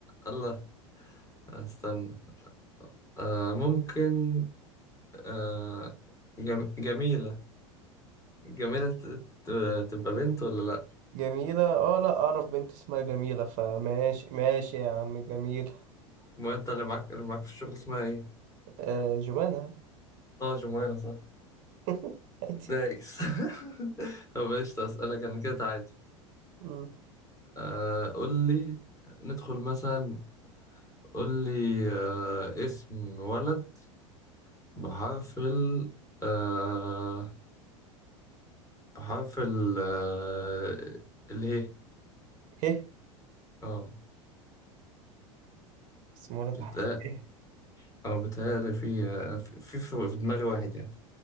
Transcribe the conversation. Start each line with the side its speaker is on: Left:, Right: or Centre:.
Left: الله استنى آه ممكن آه جم... جميلة جميلة ت... ت... تبقى بنت ولا لا؟
Right: جميلة اه لا اعرف بنت اسمها جميلة فماشي ماشي يا عم جميل
Left: ما انت اللي معاك اللي معاك في الشغل اسمها ايه؟
Right: آه جمانة عادي
Left: اه جمانة صح
Right: <laughs> عادي
Left: دايس <laughs> طب ايش اسالك انا كده عادي
Right: مم.
Left: آه قول لي ندخل مثلا قول لي آه اسم ولد بحرف ال آه بحرف ال آه اللي هي
Right: هه
Left: اه
Right: اسم ولد بحرف
Left: بتقل
Right: اله
Left: اه بتهيألي في آه، في في في دماغي واحد يعني